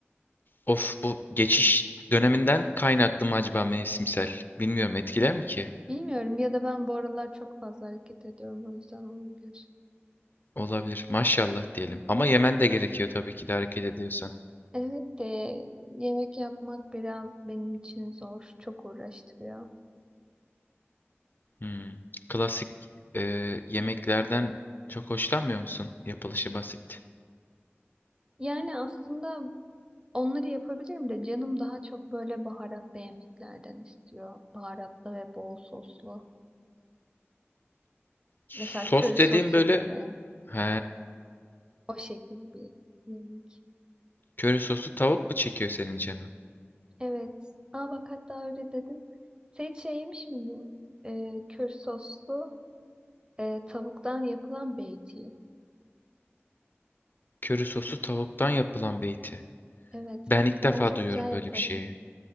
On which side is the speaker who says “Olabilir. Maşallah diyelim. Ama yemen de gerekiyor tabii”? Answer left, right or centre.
Left